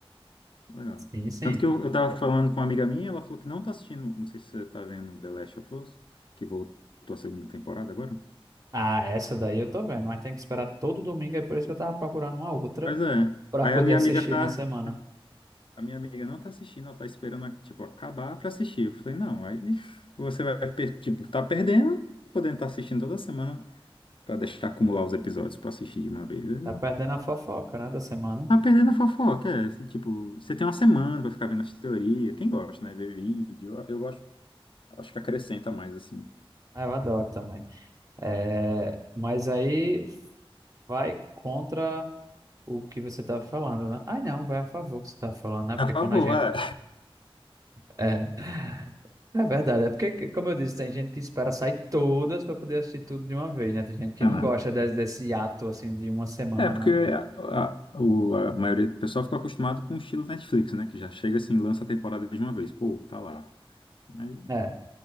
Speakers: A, on the left; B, on the right.
A: Legal.
B: Sim, sim.
A: Tanto que eu, eu tava falando com uma amiga minha, ela falou que não tá assistindo, não sei se você tá vendo The Last of Us, que voltou a segunda temporada agora.
B: Ah, essa daí eu tô vendo, mas tem que esperar todo domingo, é por isso que eu tava procurando uma outra
A: Pois é.
B: para
A: Aí
B: poder
A: a minha
B: assistir
A: amiga tá.
B: na semana.
A: A minha amiga não tá assistindo, ela tá esperando, tipo, acabar pra assistir. Eu falei, não, aí <laughs> você vai, per- tipo, tá perdendo, podendo estar assistindo toda semana. Pra deixar acumular os episódios pra assistir de uma vez. É-
B: Tá perdendo a fofoca, né, da semana.
A: Tá perdendo a fofoca, é. Esse, tipo, você tem uma semana pra ficar vendo as teorias. Quem gosta, né? Ver vídeo. Eu, eu gosto. Acho que acrescenta mais, assim.
B: Ah, eu adoro também. É, mas aí vai contra o que você tava falando, né? Ai, não, vai a favor do que você tava falando, né?
A: A
B: Porque
A: favor,
B: quando a gente
A: é.
B: é, É verdade, é porque, como eu disse, tem gente que espera sair todas para poder assistir tudo de uma vez, né? Tem gente que
A: É,
B: não
A: né?
B: gosta desse, desse ato, assim, de uma semana.
A: É, porque a, a- o- a maioria do pessoal ficou acostumado com o estilo Netflix, né? Que já chega assim, lança a temporada de uma vez. Pô, tá lá. Aí-
B: É,